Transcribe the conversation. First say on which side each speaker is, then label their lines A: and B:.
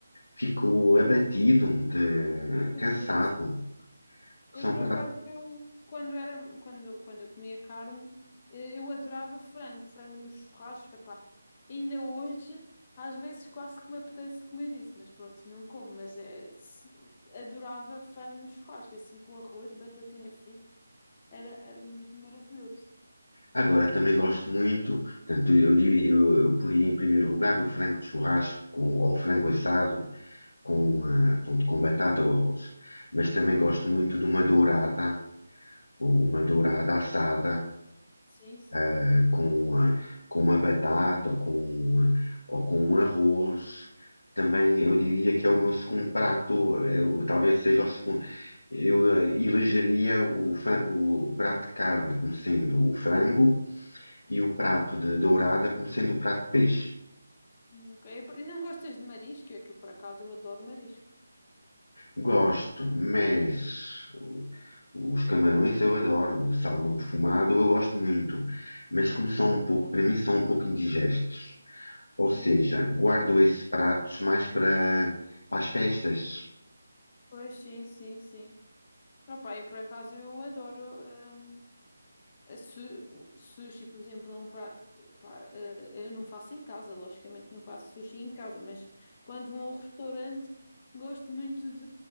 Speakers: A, on the left; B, on the left.
A: fico abatido, de,
B: Pois
A: cansado.
B: sim,
A: São
B: Eu, por
A: pratos.
B: acaso, eu, quando era, quando, quando eu comia carne, eh, eu adorava frango, frango no churrasco, epá. Ainda hoje, às vezes quase que me apetece comer isso, mas pronto, não como, mas eh, se- adorava frango no churrasco, assim com arroz e batatinha frita, era, era mesmo maravilhoso.
A: Agora, também gosto muito. Portanto, eu diria, eu, eu poria em primeiro lugar o frango de churrasco com, ou o frango assado com, ah, pronto, com batata ou arroz. Mas também gosto muito de uma dourada ou uma dourada assada
B: Sim, sim.
A: eh, com, ah, com uma batata ou com, ah, ou com um arroz. Também eu diria que é o meu segundo prato, eh, o- talvez seja o segundo. Eu eh, elegeria o, fra- o prato de carne como sendo o frango e o prato de dourada como sendo o prato de peixe.
B: Nunca- eu- E não gostas de marisco? É que por acaso eu adoro marisco.
A: Gosto, mas o- os camarões eu adoro, o salmão fumado eu gosto muito, mas como são um pouco, para mim são um pouco indigestos. Ou seja,
B: Sim.
A: guardo esses pratos mais para, para as festas.
B: Pois sim, sim, sim. Opa, eu por acaso eu adoro. hum, A su- Sushi, por exemplo, é um prato que pá, eh, eu não faço em casa, logicamente não faço sushi em casa, mas quando vou a um restaurante, gosto muito de,